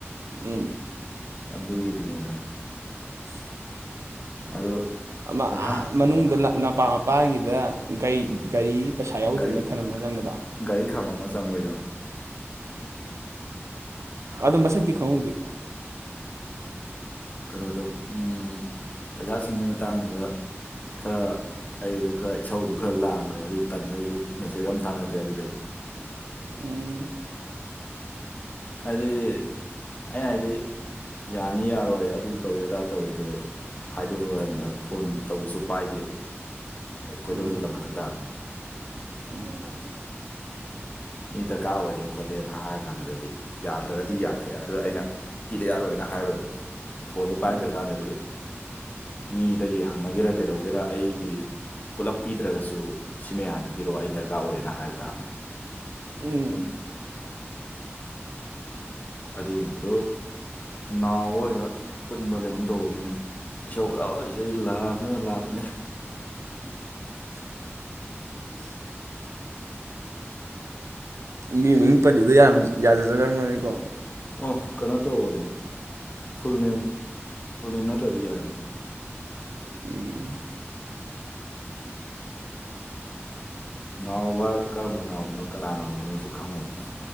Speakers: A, on the right; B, on the left.
A: ꯎꯝ
B: ꯑꯗꯨꯒꯤꯗꯨꯅꯤꯗ
A: <unintelligible>
B: ꯑꯗꯣ
A: ꯑꯃ
B: ꯄꯩꯁꯥ
A: ꯑꯥ ꯃꯅꯨꯡꯗ ꯅꯄꯥꯛ ꯃꯄꯥꯡꯒꯤꯗ ꯒꯥꯔꯤ ꯒꯥꯔꯤ ꯄꯩꯁꯥ ꯌꯥꯎꯗ꯭ꯔꯦꯅ
B: ꯒꯥꯔꯤ
A: ꯊꯔꯝꯅ ꯆꯪꯕꯗ
B: ꯒꯥꯔꯤ ꯈꯥꯃꯝꯃ ꯆꯪꯕꯣꯏꯗꯣ
A: ꯑꯗꯣ ꯃꯁꯛꯇꯤ ꯈꯪꯍꯧꯗꯦꯀꯣ
B: ꯀꯩꯅꯣꯗꯣ ꯎꯝ ꯄꯩꯁꯥꯁꯤꯡꯒꯤ ꯃꯇꯥꯡꯗꯨꯗ ꯈꯔ ꯑꯩꯗꯣ ꯈꯔ ꯏꯁꯧꯗꯨꯣ ꯈꯔ ꯂꯥꯡꯈ꯭ꯔꯦꯕ ꯑꯗꯨ ꯇꯟꯗꯩꯁꯨ ꯃꯦꯁꯦꯖ ꯌꯥꯝ ꯇꯥꯟꯅꯗ꯭ꯔꯦ ꯑꯗꯨꯗꯩ
A: ꯎꯝ
B: ꯍꯥꯏꯗꯤ ꯑꯩꯅ ꯍꯥꯏꯗꯤ ꯌꯥꯅꯤ ꯌꯥꯔꯣꯏ ꯑꯗꯨ ꯇꯧꯏꯤ ꯑꯗꯥ ꯇꯧꯏꯤ ꯑꯗꯨ ꯍꯥꯏꯗꯔ‌ꯣ ꯍꯥꯏꯝꯗ ꯐꯣꯟ ꯇꯧꯕꯁꯨ ꯄꯥꯏꯗꯦ ꯈ‌ꯣꯏꯗꯧꯗ
A: ꯎꯝ
B: ꯂꯪꯈꯠꯂꯛ ꯇꯥꯔꯅꯦ
A: ꯎꯝ
B: ꯃꯤ ꯗꯔꯀꯥꯔ ꯑꯣꯏꯔꯦ ꯈꯣꯠꯂꯦꯅ ꯍꯥꯏꯔ ꯀꯥꯟꯗꯨꯗꯗꯤ ꯌꯥꯗ꯭ꯔꯒꯗꯤ ꯌꯥꯗ꯭ꯔꯦ ꯑꯗꯨ ꯑꯩꯅ ꯄꯤꯗ ꯌꯥꯔꯣꯏꯅ ꯍꯥꯏꯔꯨꯑꯦꯕ ꯐꯣꯟꯗꯨꯣ ꯄꯥꯏꯔꯛꯇ꯭ꯔ
A: ꯎꯝ
B: ꯀꯥꯟꯗꯗꯤ ꯃꯤꯗꯒꯤ ꯍꯪꯅꯒꯦꯔ ꯀꯩꯗꯧꯒꯦꯔ ꯑꯩꯒꯤ ꯄꯨꯜꯂꯞ ꯄꯤꯗ꯭ꯔꯒꯁꯨ ꯁꯤ ꯃꯌꯥꯝꯅ ꯄꯤꯔꯛꯑꯣ ꯑꯩ ꯗꯔꯀꯥꯔ ꯑꯣꯏꯌꯦꯅ ꯍꯥꯏꯔꯛ ꯇꯥꯕꯅꯦ
A: ꯎꯝ
B: ꯑꯗꯨꯏ ꯅꯨꯃꯤꯠꯇꯣ ꯅꯥꯎꯕꯍ‌ꯣꯏꯗ ꯄꯨꯟꯕ ꯀꯩꯅꯣꯝ ꯇꯧꯕꯅꯤꯅꯦ ꯏꯁꯧ ꯍꯔꯣꯏꯖꯕꯤ ꯂꯥꯡꯉꯒ ꯂꯥꯛꯄꯅꯦ
A: <unintelligible> ꯃꯤ ꯃꯃꯤꯡ ꯄꯟꯜꯂꯤꯗꯣ ꯌꯥꯝ ꯌꯥꯖꯖ‍꯭ꯔꯝꯃ‌ꯣꯏꯀꯣ
B: ꯑꯣ ꯀꯩꯅꯣ ꯇꯧꯕꯅꯦ ꯐꯨꯜ ꯅꯦꯝ ꯐꯨꯜ ꯅꯦꯝ ꯅꯠꯇ꯭ꯔꯗꯤ ꯌꯥꯔꯅꯦ
A: ꯎꯝ
B: ꯅꯥꯎꯕ ꯀꯔꯝꯕ ꯅꯥꯎꯕꯅꯣ ꯀꯅꯥ ꯅꯥꯎꯕꯅꯣꯁꯨ ꯈꯪꯉꯣꯏꯗꯅ